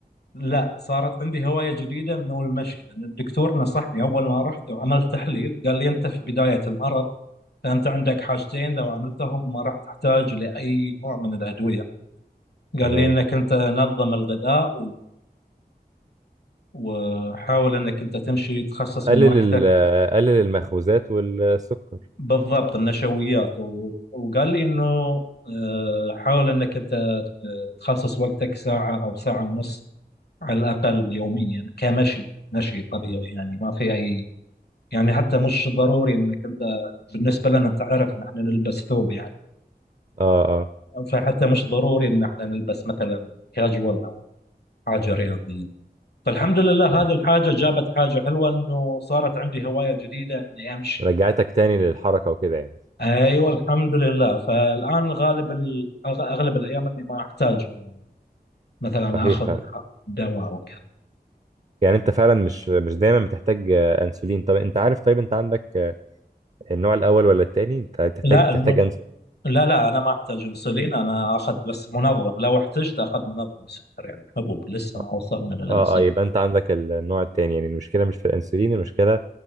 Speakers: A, on the left (about 80°); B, on the right (about 45°).
A: لا صارت عندي هواية جديدة إنه المشي لأن الدكتور نصحني أول ما رحت وعملت تحليل قال لي أنت في بداية المرض فأنت عندك حاجتين لو عملتهم ما راح تحتاج لأي نوع من الأدوية قال
B: تمام
A: لي إنك أنت نظم الغذاء و... وحاول إنك أنت تمشي تخصص
B: قلل
A: من وقتك
B: ال- آه، قلل المخبوزات والسكر
A: بالضبط النشويات و- وقال لي انه آه، حاول انك انت آه، تخصص وقتك ساعة او ساعة ونص على الاقل يوميا كمشي مشي طبيعي يعني ما في اي يعني حتى مش ضروري انك انت بالنسبة لنا انت عارف ان احنا نلبس ثوب يعني
B: اه اه
A: فحتى مش ضروري ان احنا نلبس مثلا كاجوال او حاجة رياضية فالحمد لله
B: مم.
A: هذه الحاجة جابت حاجة حلوة انه صارت عندي هواية جديدة اني امشي
B: رجعتك
A: يعني
B: تاني للحركه وكده يعني
A: ايوه الحمد لله فالان غالب ال... أغ- اغلب الايام اني ما احتاج اني مثلا
B: صحيح
A: اخذ
B: فعلا
A: دواء او كذا
B: يعني انت فعلا مش مش دايما بتحتاج آه، انسولين طب انت عارف طيب انت عندك آه، النوع الاول ولا التاني انت بتحتاج
A: لا
B: بتحتاج
A: انه
B: أنس...
A: لا لا انا ما احتاج انسولين انا اخذ بس منظم لو احتجت اخذ منظم سكر يعني حبوب لسه
B: اه
A: ما وصلنا للانسولين
B: اه آه، يبقى انت عندك ال- النوع التاني يعني المشكله مش في الانسولين المشكله